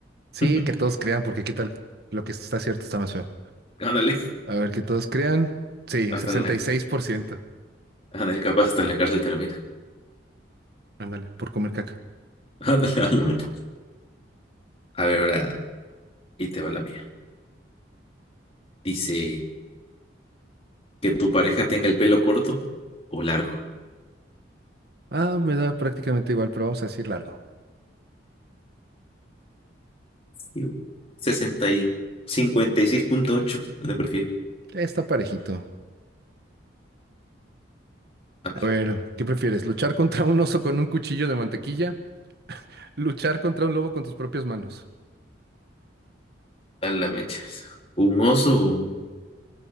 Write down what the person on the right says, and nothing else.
Sí,
que todos crean, porque qué tal lo que está cierto está más feo.
A ver, que todos crean. Sí,
sesenta
y seis por ciento.
Ándale, por comer caca.
Ah, me da prácticamente igual, pero vamos a decir largo.
Está parejito.
A ver, ¿qué prefieres? ¿Luchar contra un oso con un cuchillo de mantequilla? ¿Luchar contra un lobo con tus propias manos?